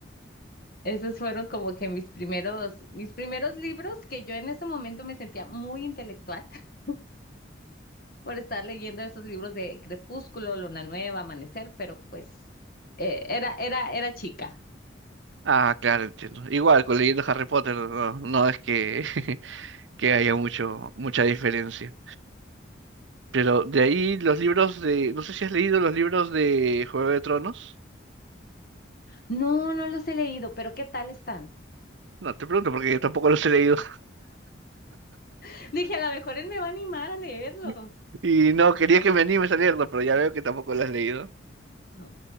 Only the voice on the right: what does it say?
Ah, claro, entiendo. Igual, con leyendo Harry Potter, no, no es que, <laughs> que haya mucho, mucha diferencia. Pero de ahí los libros de... No sé si has leído los libros de Juego de Tronos.
No, te pregunto porque yo tampoco los he leído.
<laughs> Y no, quería que me animes a leerlo, pero ya veo que tampoco lo has leído.